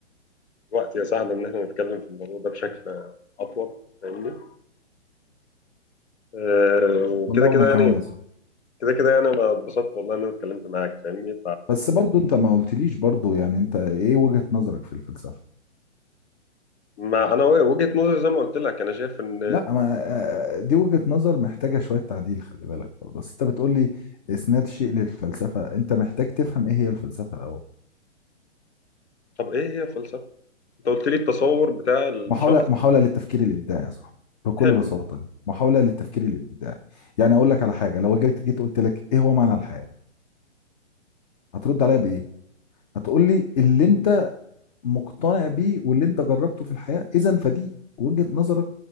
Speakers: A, on the left (about 65°); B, on the left (about 40°).
A: الوقت يساعدنا إن إحنا نتكلم في الموضوع ده بشكل أطول فاهمني آه وكده
B: والله
A: كده
B: وانا كمان
A: يعني
B: يا صاحبي
A: كده كده يعني أنا اتبسطت والله إن أنا اتكلمت معاك فاهمني
B: بس برضو انت ما قلتليش برضو يعني انت ايه وجهه نظرك في الفلسفه
A: فما أنا وجهة نظري زي ما قلت لك أنا شايف إن
B: لا ما آه، دي وجهه نظر محتاجه شويه تعديل خلي بالك برضه بس انت بتقولي اسناد شيء للفلسفه انت محتاج تفهم ايه هي الفلسفه الاول
A: طب ايه هي الفلسفه انت قلت لي التصور بتاع الشخص
B: محاولة محاولة للتفكير الإبداعي يا صاحبي بكل
A: حلو
B: بساطة محاولة للتفكير الإبداعي يعني أقول لك على حاجة لو جيت جيت قلت لك إيه هو معنى الحياة هترد عليا بإيه؟ هتقول لي اللي أنت مقتنع بيه واللي أنت جربته في الحياة إذا فدي وجهة نظرك